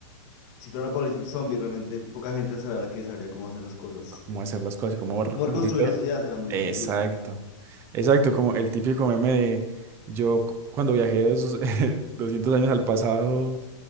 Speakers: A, on the left; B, on the right.
A: si fuera una apocalipsis zombie, realmente poca gente sabrá la que sabría cómo hacer las cosas.
B: cómo hacer las cosas, y cómo r-
A: Cómo reconstruir
B: volver.
A: la sociedad será muy,
B: Exacto,
A: muy duro.
B: exacto, como el típico meme de yo cu- cuando viajé dos- <laughs> 200 años al pasado,